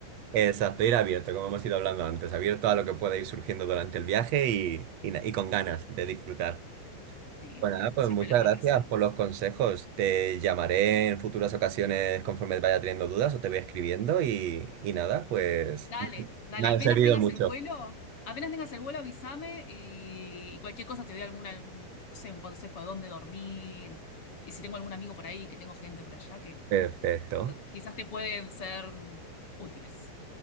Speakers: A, on the right; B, on the left.
A: Exacto, ir abierto, como hemos ido hablando antes, abierto a lo que pueda ir surgiendo durante el viaje y, y na- y con ganas de disfrutar.
B: Sí,
A: Bueno,
B: obvio,
A: nada, pues
B: siempre
A: muchas
B: las vacaciones.
A: gracias por los consejos. Te llamaré en futuras ocasiones conforme vaya teniendo dudas o te voy escribiendo y, y nada, pues
B: Dale, dale,
A: me ha
B: apenas
A: servido
B: tengas
A: mucho.
B: el vuelo, apenas tengas el vuelo, avísame y, y cualquier cosa te doy alguna, un- no sé, un consejo de dónde dormir. Y si tengo algún amigo por ahí, que tengo gente por allá que
A: Perfecto.
B: quizá- quizás te pueden ser útiles.